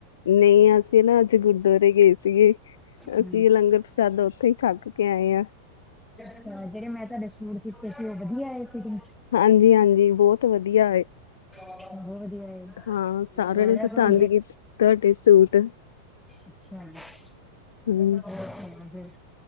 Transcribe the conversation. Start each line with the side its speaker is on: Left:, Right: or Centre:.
Left: ਨਈ ਅਸੀਂ ਨਾ ਅੱਜ ਗੁਰਦੁਆਰੇ ਗਏ ਸੀਗੇ।
Centre: ਹੂੰ,
Left: ਅਸੀਂ ਲੰਗਰ ਪ੍ਰਸ਼ਾਦਾ ਉੱਥੇ ਹੀ ਛੱਕ ਕੇ ਆਏ ਆ।
Centre: ਅਛਾ ਜੇੜੇ ਮੈਂ ਤੁਹਾਡੇ ਸੂਟ ਸੀਤੇ ਸੀ ਉਹ ਬਧੀਆ ਆਏ ਫੀਟਿਂਗ।
Left: ਹਾਂਜੀ-ਹਾਂਜੀ ਬੋਤ ਵਧੀਆ ਆਏ
Centre: ਬਹੁਤ ਵਧੀਆ ਆਏ,
Left: ਹਾਂ ਸਾਰਿਆਂ
Centre: ਲੈ
Left: ਨੇ
Centre: ਲਿਆ
Left: ਪਸੰਦ
Centre: ਕਰੋ
Left: ਕੀ ਤੁਹਾਡੇ ਸੂਟ
Centre: ਅੱਛਾਾ ਹੋਰ
Left: ਹੂੰ
Centre: ਸੁਣਾ ਹੋਰ